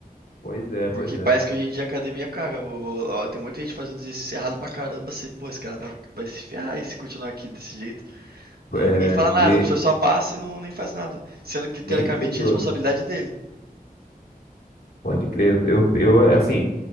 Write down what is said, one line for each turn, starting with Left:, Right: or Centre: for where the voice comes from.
Left: pois é, pois
Right: Porque
Left: é.
Right: parece que hoje em dia a academia, cara, o- ó, tem muita gente fazendo exercício errado pra caramba, assim, pô, esse cara vai, vai se ferrar e se continuar aqui desse jeito. E
Left: É,
Right: ninguém fala nada,
Left: e
Right: o professor só passa e não, nem faz nada. Sendo que, teoricamente,
Left: nem fica de olho.
Right: é responsabilidade dele.
Left: Pode crer. Eu, eu, assim,